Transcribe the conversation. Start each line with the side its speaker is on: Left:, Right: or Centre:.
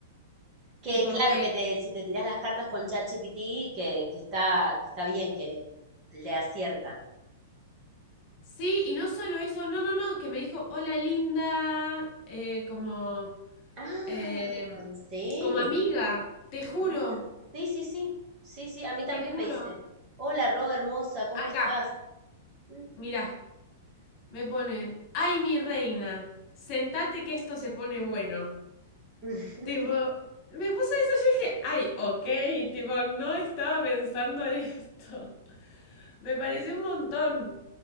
Right: Que
Left: Tipo
Right: claro,
Left: que,
Right: que te, si te tirás las cartas con ChatGPT, que, que está, que está bien, que le acierta.
Left: sí, y no solo eso, no, no, no, que me dijo, hola linda, eh, como,
Right: Ah,
Left: eh,
Right: sí,
Left: como amiga, te juro,
Right: amiga. Sí, sí, sí. Sí, sí, a mí también
Left: te juro.
Right: me dice, hola Ro, hermosa, ¿cómo
Left: Acá,
Right: estás? Mm,
Left: mirá, me pone, ay mi reina, sentate que esto se pone bueno.
Right: <laughs>
Left: Tipo, me puso eso, yo dije, ay, ok, tipo, no estaba pensando en esto. <laughs> Me pareció un montón.